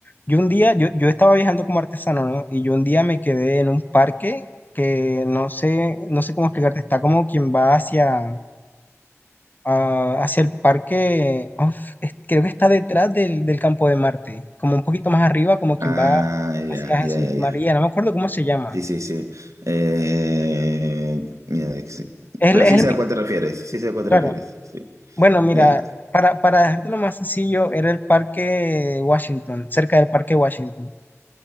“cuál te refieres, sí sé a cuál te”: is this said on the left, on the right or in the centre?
Right